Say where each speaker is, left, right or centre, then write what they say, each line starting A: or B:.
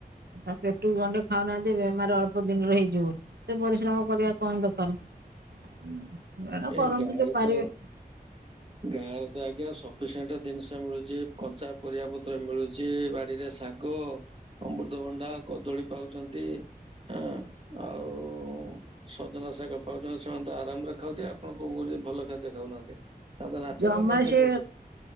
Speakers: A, on the right; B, on the right.
A: ସେ ପେଟକୁ ଗଣ୍ଡେ ଖାଉ ନାହାନ୍ତି। ସେ ବେମାର ଅଳ୍ପ ଦିନରେ ହେଇଯିବୁ, ଏତେ ପରିଶ୍ରମ କରିବା କଣ ଦକାରେ। ହେଗୁରା
B: ଏଇ
A: କରନ୍ତୁ
B: ଗାଁରେ
A: ଯିଏ ପାରିବେ।
B: ତ ଗାଁରେ ତ ଆଜ୍ଞା ସଫିସେଣ୍ଟ ଜିନିଷ ମିଳୁଛି କଞ୍ଚା। ପରିବା ପତ୍ର ମିଳୁଛି ବାଡିରେ ଶାଗ, ଅମୃତଭଣ୍ଡା, କଦଳୀ ପାଉଛନ୍ତି। ଆଁ ଆଉ। ସଜନା ଶାଗ ପାଉଛନ୍ତି ସେମାନେ ତ ଆରାମରେ ଖାଉଥିବେ ଆପଣ କଁ କହୁଛନ୍ତି ଭଲ ଖାଦ୍ୟ ଖାଉନାହାନ୍ତି। ସେମାନେ ତ ନାଚୁରାଲ
A: ଜମା
B: ଖାଦ୍ୟ
A: ସେ
B: ଖାଉଛନ୍ତି।